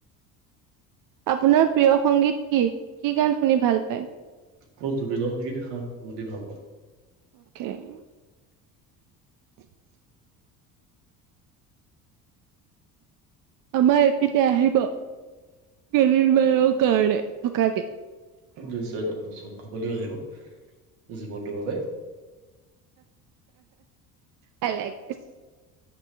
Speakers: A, on the right; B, on the right.
A: আপোনাৰ প্ৰিয় সংগীত কি? কি গান শুনি ভাল পায়।
B: ক জুবিনৰ সংগীত সা শুনি ভাল পাওঁ।
A: <inaudible> <inaudible> আমাৰ এপিনে আহিব কেইদিন মানৰ কাৰণে থকাকে।
B: নিশ্চয় যাম নিশ্চয় আপুনিও আহিব জীৱনটোৰ বাবে।
A: I like dish.